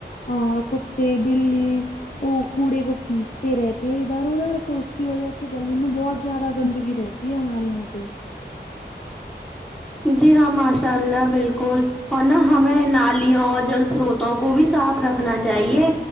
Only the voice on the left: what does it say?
آ کتے بلی کوڑے کو کچ رہتے ہیں ادھر ادھر تو اس کی وجہ سے گلی میں بہت زیادہ گندگی رہتی ہے ہمارے یہاں تو